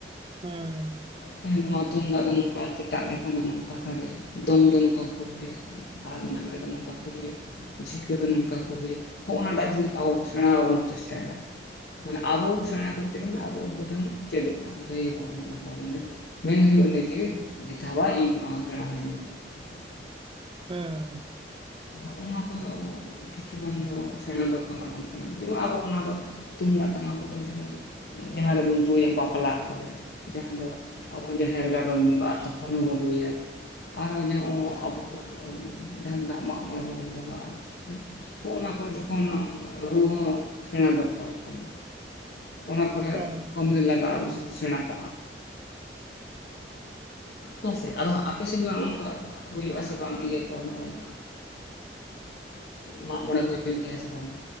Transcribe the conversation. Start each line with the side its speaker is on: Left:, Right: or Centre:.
Right: ᱦᱮᱸ
Left: ᱦᱮᱸ ᱱᱚᱣᱟ ᱛᱩᱢᱫᱟᱜ ᱫᱚ ᱱᱚᱝᱠᱟ ᱪᱮᱴᱟᱜ ᱞᱮᱠᱷᱟᱱ ᱫᱚ ᱱᱚᱝᱠᱟ ᱥᱟᱹᱰᱮᱭᱟ ᱫᱚᱝ ᱫᱚ ᱱᱚᱝᱠᱟ ᱠᱚ ᱨᱩᱭᱟᱹ ᱟᱨ ᱞᱟᱜᱽᱲᱮ ᱫᱚ ᱱᱚᱝᱠᱟ ᱠᱚ ᱨᱩᱭᱟ ᱡᱷᱤᱠᱟᱹ ᱫᱚ ᱱᱚᱝᱠᱟ ᱠᱚ ᱨᱩᱭᱟ ᱦᱚᱜᱼᱚ ᱱᱟᱴᱟᱜ ᱡᱤᱱᱤᱥ ᱟᱵᱚ ᱥᱮᱬᱟ ᱵᱚᱱ ᱪᱮᱥᱴᱟᱭᱮᱫᱟ ᱢᱟᱱᱮ ᱟᱵᱚ ᱥᱮᱬᱟ ᱠᱚᱨᱛᱮ ᱜᱮᱞᱮ ᱟᱵᱚ ᱩᱱᱠᱩ ᱴᱷᱮᱱ ᱪᱮᱫᱚᱜ ᱢᱟ ᱞᱟᱹᱭ ᱟᱵᱚ ᱟᱠᱚ ᱢᱟᱱᱮ ᱢᱮᱱ ᱦᱩᱭᱩᱜᱼᱟ ᱱᱤᱡᱮ ᱡᱮ ᱡᱮᱴᱷᱟ ᱵᱟ ᱤᱧ ᱱᱚᱣᱟ ᱥᱮᱬᱟ ᱤᱧ ᱢᱮ <unintelligible>
Right: ᱦᱮᱸ
Left: ᱦᱚᱦᱚᱱᱟ ᱠᱚᱫᱚ ᱟᱵᱚ ᱠᱤᱪᱷᱩᱜᱟᱱ ᱫᱚ ᱥᱮᱬᱟ ᱫᱚᱨᱠᱟᱨ ᱟᱵᱚᱱ ᱠᱟᱱᱟ ᱡᱮᱢᱚᱱ ᱟᱵᱚ ᱚᱱᱟ ᱫᱚ ᱛᱩᱢᱫᱟᱜ ᱴᱟᱢᱟᱠ ᱠᱚᱫᱚ ᱡᱮᱢᱚᱱ ᱡᱟᱦᱟᱸ ᱨᱮᱵᱚᱱ ᱨᱩᱭᱟ ᱵᱟᱯᱞᱟ ᱠᱚᱨᱮ ᱡᱟᱦᱟᱸ ᱫᱚ ᱟᱵᱚ ᱡᱟᱦᱮᱨ ᱜᱟᱲ ᱨᱮᱚᱱ ᱵᱚᱸᱝᱟᱜᱼᱟ ᱛᱚᱠᱷᱚᱱ ᱦᱚᱸᱵᱚᱱ ᱨᱩᱭᱟ ᱟᱨᱚ ᱡᱮ ᱟᱵᱚ ᱡᱟᱦᱟ ᱛᱤᱱᱟᱜ ᱢᱟᱜ ᱢᱟᱜ ᱢᱚᱬᱮ ᱠᱚᱵᱚᱱ ᱵᱚᱸᱜᱟᱜᱼᱟᱜ ᱚᱱᱟ ᱠᱚ ᱡᱚᱠᱷᱚᱱ ᱨᱩ ᱦᱚᱸ ᱥᱮᱬᱟ ᱫᱚᱨᱠᱟᱨᱚᱜ ᱠᱟᱱᱟ ᱚᱱᱟ ᱠᱚᱨᱮ
Right: ᱦᱮᱸ
Left: ᱠᱟᱢᱤ ᱨᱮ ᱞᱟᱜᱟᱜᱼᱟ ᱨᱩ ᱥᱮᱬᱟ ᱠᱚ ᱦᱮᱸ ᱥᱮ ᱟᱫᱚ ᱟᱯᱮᱥᱮᱱ ᱦᱩᱭᱩᱜ ᱟᱥᱮ ᱵᱟᱝ ᱤᱭᱟᱹ ᱠᱚ ᱱᱚᱜᱼᱚᱭ ᱢᱟᱜ ᱢᱚᱬᱮ ᱠᱚ ᱦᱩᱭᱩᱜ ᱜᱮᱭᱟ ᱥᱮ ᱵᱟᱝ